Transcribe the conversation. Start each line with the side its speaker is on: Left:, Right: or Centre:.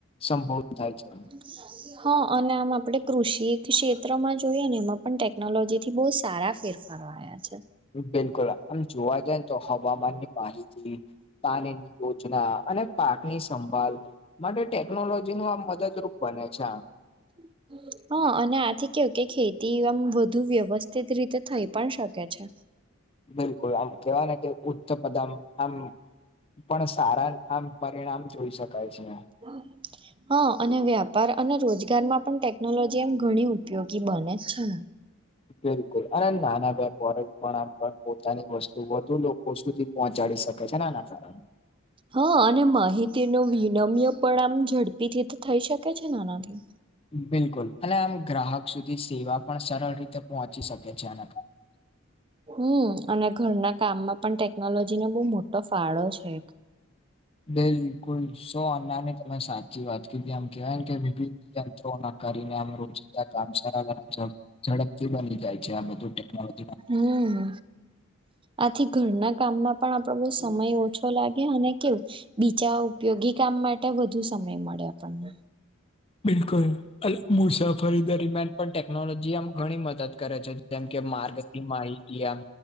Left: સંભવ થાય છે.
Right: નાહ લીયા હ અને આમ આપડે કૃષિ થી ક્ષેત્રમાં જોઈએ ને, એમાં પણ ટેકનોલોજી થી બહુ સારા ફેરફારો- આયા છે
Left: બિલકુલ, આમ જોવા જાઇન, તો હવામાન ની માહિતી, પાણીની યોજના- અને પાક ની સંભળ માટે ટેકનોલોજી નું આ મદદરૂપ બને છે. આમ-
Right: <unintelligible> હ, અને આથી કેવું, કે ખેતી આમ વધુ વ્યવસ્થિત રીતે થઈ પણ શકે છે.
Left: બીલકુલ, આમ કેવાય ને કે, ઉચ્ચ પદામ આમ- પણ સારા આમ પરિણામ જોઈ શકાય છે.
Right: <unintelligible> હ અને વ્યાપાર અને રોજગારમાં પણ ટેકનોલોજી એમ ઘણી ઉપયોગી બનેજ છેને?
Left: બિલકુલ, અને નાના વેપારી પણ આમ પણ પોતાની વસ્તુ વધુ લોકો સુધી- -પહોંચાડી શકેછે, આના કારણે.
Right: હા હ અને માહી- -તિનો વિનમ્ય પણ આમ ઝડપી થી તો થઈ શકે છે ને આનાથી.
Left: બિલકુલ, અને આમ ગ્રાહક સુધી સેવા પણ સરળ રીતે પહોંચી શકે છે. આના કારણે-
Right: હમ, અને ઘરના કામમાં પણ ટેકનોલોજીને બહુ મોટો ફાળો છે એક.
Left: બિલકુલ, સો અન્ના ની તમે સાચી વાત કીધી આમ- કેવાય કે, વિવિધ યંત્રો ના કરીને આમ રોજિંદા કામ સારા બને ઝડપ- ઝડપ થી બની જાય આબધું ટેકનોલોજી -
Right: હમમ આથી ઘરના કામમાં પણ આપડો બૌ સમય ઓછો લાગે અને કેવું? બીજા ઉપયોગી કામ માટે વધુ સમય મળે આપણને.
Left: બિલકુલ અને મુસાફરી દરમિયાન પણ ટેકનોલોજી આમ ઘણી મદદ- -કરે છે. જેમ કે માર્ગથી માહિતી, આમ